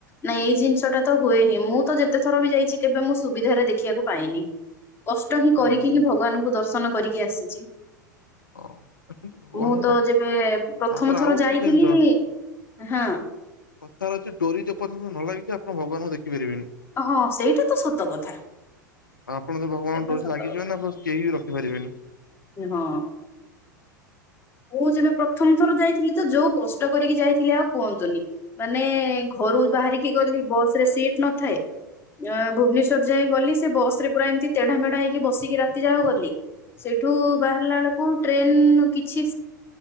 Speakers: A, on the left; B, on the left.
A: ନାଇଁ ଏଇ ଜିନିଷ ଟା ତ ହୁଏ ହିଁ ମୁଁ ତ ଯେତେ ଥର ବି ଯାଇଛି କେବେ ମୁଁ ସୁବିଧାରେ ଦେଖିବାକୁ ପାଇନି। କଷ୍ଟ ହିଁ
B: ହୁଁ।
A: କରିକି ହିଁ ଭଗବାନଙ୍କୁ ଦର୍ଶନ କରିକି ଆସିଛି।
B: ହଁ କିନ୍ତୁ ଭଗବାନଙ୍କୁ
A: ମୁଁ ତ ଯେବେ ପ୍ରଥମ
B: ତାପରେ
A: ଥର
B: ଆଉ ଗୋଟେ
A: ଯାଇଥିଲି,
B: ବି ଜିନିଷ
A: ହଁ
B: କଥାରେ ଅଛି ଡୋରି ଯେ ପର୍ଯ୍ୟନ୍ତ ନ ଲାଗିଛି ଆପଣ ଭଗବାନଙ୍କୁ ଦେଖିପାରିବେନି।
A: ହଁ ସେଇଟା ତ ସତ କଥା।
B: ଆପଣ ତ ଭଗବାନଙ୍କ
A: ସେଇଟା
B: ଡୋରି
A: ସତ
B: ଲାଗିଯିବ
A: କଥା
B: ନା ବ କେହି ବି ରଖିପାରିବେନି।
A: ହଁ। ମୁଁ ଯେବେ ପ୍ରଥମ ଥର ଯାଇଥିଲି ତ ଯୋଉ କଷ୍ଟ କରିକି ଯାଇଥିଲି ଆଉ କୁହନ୍ତୁନି। ମାନେ ଘରୁ ବାହାରିକି ଗଲି ବସ ରେ ସିଟ ନଥାଏ। ଅ ଭୁବନେଶ୍ୱର ଯାଏ ଗଲି ସେ ବସ ରେ ପୁରା ଏମିତି ତେଢା ମେଢା ହେଇକି ବସିକି ରାତି ଯାକ ଗଲି। ସେଇଠୁ ବାହାରିଲା ବେଳକୁ ଟ୍ରେନ କିଛି